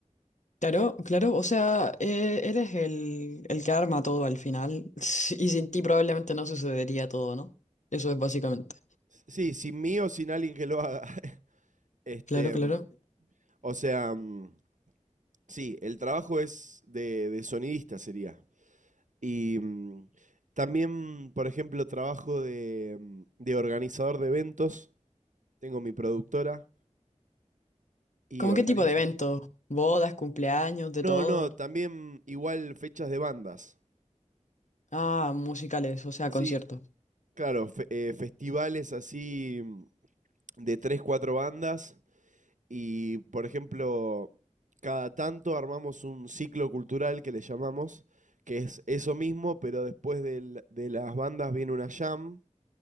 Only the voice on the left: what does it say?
Claro, claro. O sea, eh, eres el, el que arma todo al final <laughs> y sin ti probablemente no sucedería todo, ¿no? Eso es básicamente.
Claro, claro.
¿Cómo
qué tipo de eventos? ¿Bodas, cumpleaños, de
todo?
Ah, musicales, o sea,
conciertos.